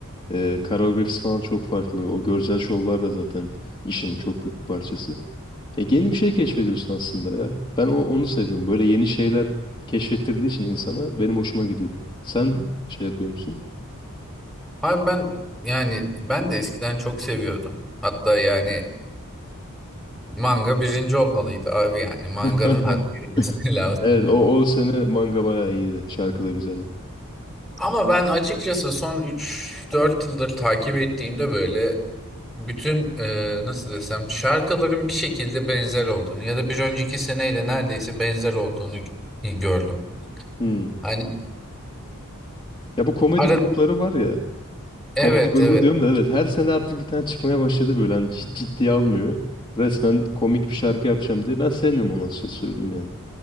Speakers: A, on the left (about 20°); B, in the centre.
A: E, koreografisi falan çok farklı. O görsel şovlar da zaten işin çok büyük bir parçası. E, yeni bir şey keşfediyorsun aslında ya. Ben o- onu seviyorum. Böyle yeni şeyler keşfettirdiği için insana benim hoşuma gidiyor. Sen şey yapıyor musun?
B: Abi ben yani ben de eskiden çok seviyordum. Hatta yani manga birinci olmalıydı abi yani. Manganın
A: <laughs>
B: hakkı verilmesi <laughs> lazım.
A: Evet o, o sene manga bayağı iyiydi. Şarkı da güzeldi.
B: Ama ben açıkçası son üç dört yıldır takip ettiğimde böyle bütün e, nasıl desem şarkıların bir şekilde benzer olduğunu ya da bir önceki seneyle neredeyse benzer olduğunu g- gördüm.
A: Hmm.
B: Hani
A: Ya bu komedi
B: arada
A: grupları var ya.
B: evet
A: Komedi grubu
B: evet
A: diyorum da evet her sene artık bir tane çıkmaya başladı böyle. Hani hiç ciddiye almıyor. Resmen komik bir şarkı yapacağım diye. Ben sevmiyorum onu açıkçası söyleyeyim yani.